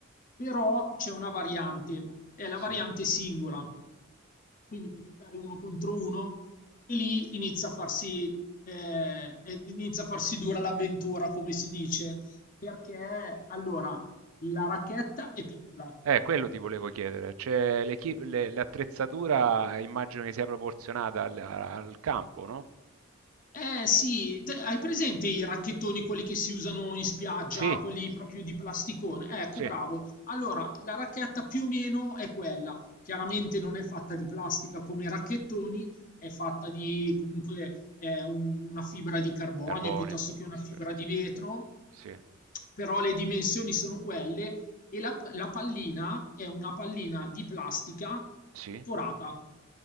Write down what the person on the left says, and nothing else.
Però c'è una variante, è la
variante singola quindi puoi giocare uno contro uno e lì inizia a farsi, eh, eh, inizia a farsi dura l'avventura, come si dice, perché allora la racchetta è piccola,
Eh sì, te- hai presente i racchettoni, quelli che si usano in spiaggia,
quelli proprio di plasticone? Ecco,
bravo. Allora, la racchetta più o meno è quella. Chiaramente non è fatta di plastica come i racchettoni, è fatta di comunque eh, un- una fibra di carbonio
piuttosto che
una
fibra di vetro,
però le dimensioni sono quelle e la la pallina è una pallina di plastica
forata.